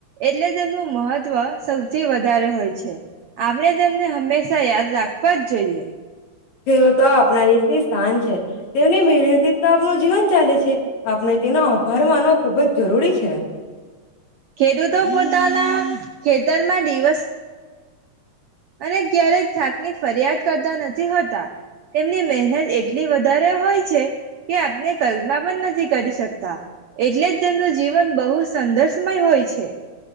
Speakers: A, on the right (about 75°); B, on the left (about 70°).
A: એટલે તેમનું મહત્વ સૌથી વધારે હોય છે આપણે તેમને હંમેશા યાદ રાખવા જ જોઈએ
B: એવું તો આપણા રીતની સ્થાન છે તેમની મહેનતી તો આપનું જીવન ચાલે છે આપણે તેનો આભાર માનવો ખુબ જ જરૂરી છે
A: ખેડૂતો પોતાના ખેતરમાં દિવસ અને ક્યારેક થાકની ફરિયાદ કરતા નથી હોતા તેમની મહેનત એટલી વધારે હોય છે કે આપને કલ્પના પણ નથી કરી શકતા એટલે જ તેમનું જીવન બહુ સંદર્ષમાંય હોય છે